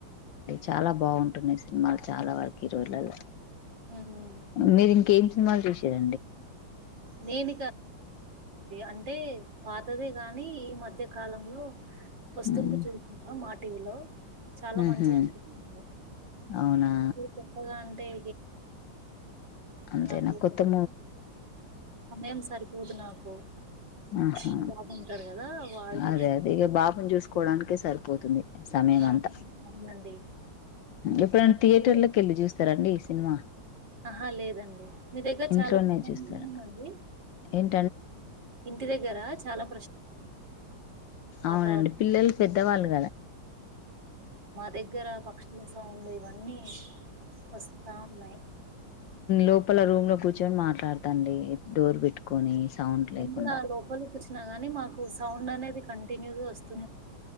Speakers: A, on the left; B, on the right.
A: చాలా బాగుంటున్నాయి సినిమాలు చాలా వరకు హీరోయిలలో
B: ఉమ్
A: మీరి ఇంకే సినిమాల్ చూశారండి
B: నేను అంటే పాతదే గాని ఈ మధ్య కాలంలో వస్తుంది
A: ఉమ్
B: చూస మాట టీవిలో చాలా
A: ఉహు
B: మంచిది అనిపిస్తుంది
A: అవునా
B: ఇ కొత్తగా అంటే ఇక ఏం చేయడలేదండి
A: అంతేనా
B: నాకు
A: కొత్తమూవీస్ ఏమ్ జూలి
B: సమయం సరిపోదు నాకు
A: ఆహా
B: న బాగుంటారు కదా వాడితోటి
A: అదే అదే ఇక బాబుని చూసుకోవడానికే సరిపోతుంది సమయం
B: ఆ
A: అంతా
B: అవునండి
A: ఎప్పుడ థియేటర్లకి
B: మీ దగ్గర
A: వెళ్ళి చూస్తారండి సినిమా
B: ఆహా లేదండి మీ దగ్గర
A: ఇంట్లోనే చూస్త ఏంటండి
B: చాలా ప్రశాంతంగా ఉందండి ఇంటి దగ్గర చాలా ప్రశాంతంగా ఉన్నట్టు వాతావరణం
A: అవునండి పిల్లలు పెద్దవాళ్ళు కదా అండి
B: దగ్గర పక్షుల సౌండ్ ఉంది ఇవన్నీ వస్తాం మే
A: రేపు మాట్లాడత అండి. డోర్ పెట్టుకొని సౌండ్ లేకుండా
B: అయినా గాని మాకు సౌండ్ అనేది కంటిన్యూ గా వస్తూనే ఉంటుంది ఇక్కడ